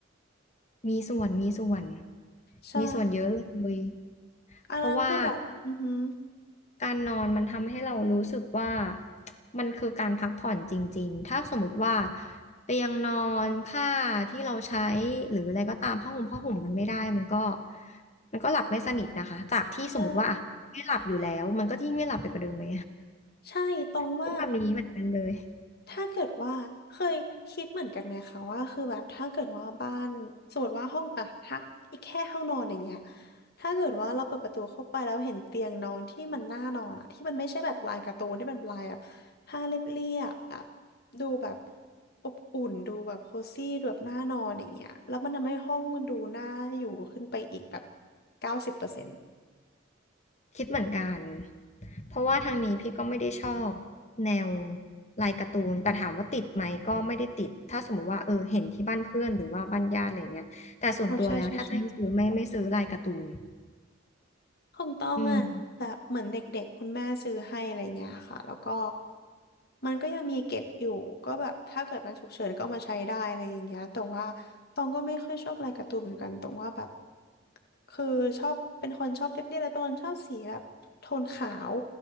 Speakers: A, on the left; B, on the left.
A: มีส่วนมีส่วน
B: ใช่
A: มีส่วนเยอะเลย
B: อันนั้นคือแบบอือหือ
A: เพราะว่า การนอนมันทำให้เรารู้สึกว่ามันคือการพักผ่อนจริงๆ ถ้าสมมติว่าเตียงนอนผ้าที่เราใช้หรืออะไรก็ตามผ้าห่มผ้าห่มมันไม่ได้มันก็มันก็หลับไม่สนิทนะคะจากที่สมมติว่าอ่ะไม่หลับอยู่แล้วมันก็ยิ่งไม่หลับไปกว่าเดิมไหม
B: ใช่ใช่ตรงว่า
A: เป็นแบบนี้เหมือนกันเลย
B: ถ้าเกิดว่าเคยคิดเหมือนกันไหมคะว่าคือแบบถ้าเกิดว่าบ้านสมมติว่าห้องอะถ้าแค่ห้องนอนอย่างเงี้ยถ้าเกิดว่าเราเปิดประตูเข้าไปแล้วเห็นเตียงนอนที่มันน่านอนอะที่มันไม่ใช่แบบลายการ์ตูนที่มันเป็นลายแบบผ้าเรียบๆแบบดูแบบอบอุ่นดูแบบโคซี่ดูแบบน่านอนอย่างเงี้ยแล้วมันทำให้ห้องมันดูน่าอยู่ขึ้นไปอีกแบบเก้าสิบเปอร์เซ็นต์
A: คิดเหมือนกัน เพราะว่าทางนี้พี่ก็ไม่ได้ชอบแนวลายการ์ตูนแต่ถามว่าติดไหมก็ไม่ได้ติด ถ้าสมมุติว่าเออเห็นที่บ้านเพื่อนหรือว่าบ้านญาติอะไรเงี้ยแต่ส่วนตัวแล้วถ้าจะให้ซื้อไม่ไม่ซื้อลายการ์ตูน
B: อ๋อใช่ใช่ใช่ ของตองอะแบบเหมือนเด็กๆคุณแม่ซื้อให้อะไรเงี้ยค่ะแล้วก็
A: อืม
B: มันก็ยังมีเก็บอยู่ก็แบบถ้าเกิดมันฉุกเฉินก็เอามาใช้ได้อะไรอย่างเงี้ยแต่ว่าตองก็ไม่ค่อยชอบลายการ์ตูนเหมือนกันตรงว่าแบบคือชอบเป็นคนชอบเรียบๆแล้วเป็นคนชอบสีแบบโทนขาว